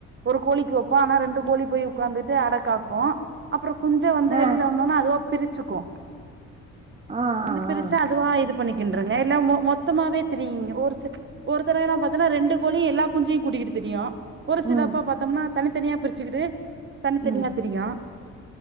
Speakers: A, on the right (about 40°); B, on the right (about 20°).
A: ஒரு கோழிக்கு வைப்போம் ஆனா ரெண்டு கோழி போய் உட்கார்ந்துட்டு அடக்காக்கும் அப்புறம் குஞ்சு வந்து
B: ஆ
A: வெளில வந்தனா அது பிரிச்சுக்கோம்
B: ஆ
A: வந்த
B: ஆ
A: பெருசா
B: ஆ
A: அதுவா இது பணிக்கனும் இருக்துங்க எல்லாம் மொத்தமாவே திரியுங்க ஒரு ச ஒருத்தரவை என்னா பாத்தன்னா ரெண்டு கோலியையும் எல்லா குஞ்சையும் கூட்டிகிட்டு தெரியும் ஒரு சிலப்பா
B: ம்
A: பாத்தோம்னா தனித்தனியா பிரிச்சுக்கிட்டு தனித்தனியா
B: ம்
A: பிரியும்